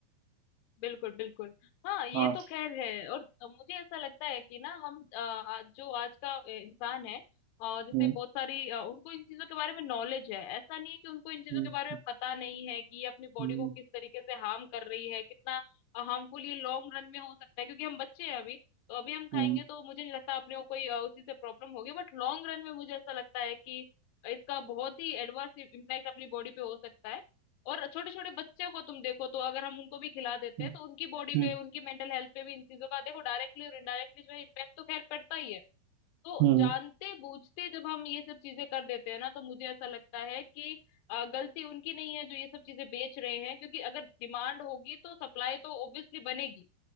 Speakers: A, on the left (about 75°); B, on the right (about 85°).
A: बिल्कुल बिल्कुल हाँ ये
B: हाँ
A: तो खैर है और मुझे ऐसा लगता है कि ना हम अ, आज जो आज का अ, इंसान है और जैसे
B: हम्म
A: बहुत सारी अ, उनको इन चीजों के बारे में नॉलेज है ऐसा नहीं है कि उनको इन चीजों
B: हम्म
A: के बारे में पता नहीं है कि ये अपनी बॉडी
B: हम्म
A: को किस तरीके से हार्म कर रही है कितना हार्मफुल ये लॉन्ग रन में हो सकता है क्योंकि हम बच्चे हैं अभी तो अभी हम खाएंगे
B: हम्म
A: तो मुझे नहीं लगता अपने को कोई अ, उसी से प्रॉब्लम होगी बट लॉन्ग रन में मुझे ऐसा लगता है कि इसका बहुत ही एडवर्स इम्पैक्ट अपनी बॉडी पे हो सकता है और छोटे छोटे बच्चे को तुम देखो तो अगर हम उनको भी खिला देते
B: हम्म
A: हैं तो उनकी बॉडी
B: हम्म
A: पे उनकी मेंटल हेल्थ पे भी इन चीजों का देखो डायरेक्टली और इनडायरेक्टली जो है इम्पैक्ट तो खैर पड़ता ही है तो
B: हम्म
A: जानते बूझते जब हम ये सब चीजें कर देते हैं ना तो मुझे ऐसा लगता है कि अ, गलती उनकी नहीं है जो ये सब चीजें बेच रहे हैं क्योंकि अगर डिमांड होगी तो सप्लाई तो ऑब्वियसली बनेगी